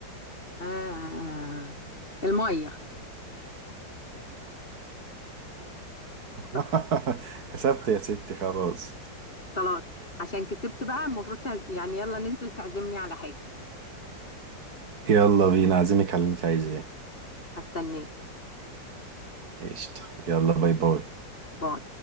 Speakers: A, on the left; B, on the right.
A: آه المية صح
B: <laughs> كسبت يا ستي خلاص
A: خلاص عشان كسبت بقى المفروض تعز... يعني يلا ننزل تعزمني على حاجة
B: يلا بينا عازمك على اللي انت عايزاه
A: هستناك
B: قشطة يلا باي باي
A: باي